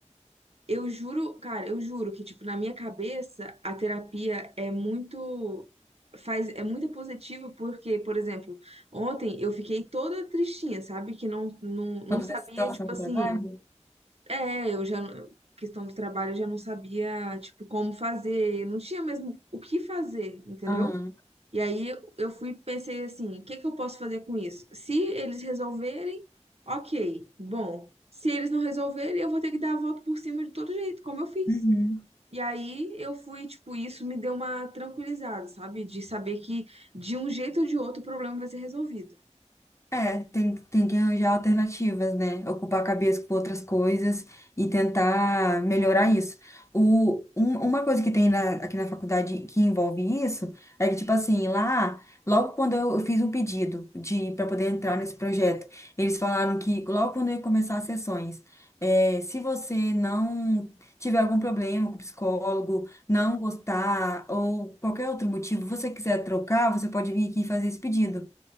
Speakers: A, on the right; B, on the left.
A: Eu juro, cara, eu juro que tipo na minha cabeça a terapia é muito faz é muito positiva porque, por exemplo, ontem eu fiquei toda tristinha, sabe? Que não não, não
B: Quando
A: sabia
B: dessa situação
A: tipo
B: do
A: assim
B: trabalho?
A: é, eu já, não- questão do trabalho, eu já não sabia, tipo, como fazer, eu não tinha mesmo o que fazer, entendeu?
B: Aham.
A: E aí eu fui, e pensei assim, o que que eu posso fazer com isso? Se eles resolverem, ok, bom. Se eles não resolverem, eu vou ter que dar a volta por cima de todo jeito, como eu fiz.
B: Uhum.
A: E aí eu fui, tipo, isso me deu uma tranquilizada, sabe? De saber que de um jeito ou de outro o problema vai ser resolvido.
B: É, tem, tem que arranjar alternativas, né? Ocupar a cabeça com outras coisas e tentar melhorar isso. O, um- uma coisa que tem na- aqui na faculdade que envolve isso é que, tipo assim, lá, logo quando eu fiz um pedido de para poder entrar nesse projeto, eles falaram que logo quando eu ia começar as sessões, é, se você não tiver algum problema com o psicólogo, não gostar ou qualquer outro motivo, você quiser trocar, você pode vir aqui e fazer esse pedido.